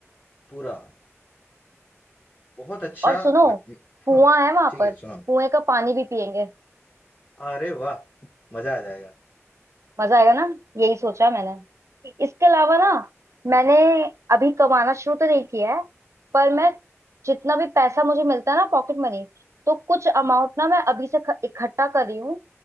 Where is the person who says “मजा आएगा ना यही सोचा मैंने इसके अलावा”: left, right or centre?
Right